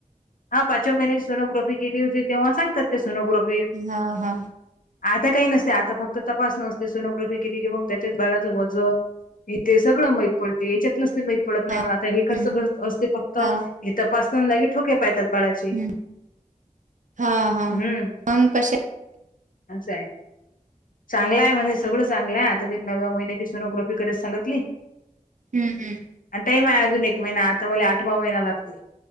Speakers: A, on the left; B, on the right.
A: हा पाचव्या महिन्यांची सोग्राफी केली होती तेव्हा सांगात ते सोनग्रफी
B: हा हा.
A: आता काही नसते आता फक्त तपास नसते सोनोग्राफी केली की मग त्याच्याच बालाचं वजन हे तेे सगळं माहीत पडते याच्यात नसते माहित. पडत नाहीण
B: हा
A: आता हे कस
B: हम्म
A: असते फक्त
B: हा
A: हे तपासण्यागी ठोके पातात बाळाची
B: हम्म हा हा
A: हम्म
B: मग कशा
A: असं आहे चांगला आहे म्हणजे सगळं चांगलं आहे आता त नव्या महिन्याची सोनोग्राफी करत सांगितली
B: हम्म हम्म.
A: आणि टाइम आहे अजून एक महिना आता मला आठवा महिना लागते.